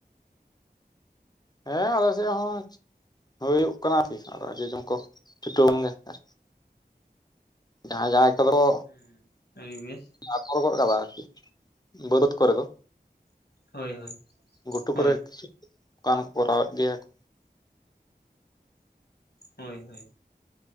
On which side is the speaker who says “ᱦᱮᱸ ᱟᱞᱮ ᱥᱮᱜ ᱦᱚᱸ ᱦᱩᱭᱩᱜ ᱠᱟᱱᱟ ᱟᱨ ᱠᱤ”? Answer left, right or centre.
Left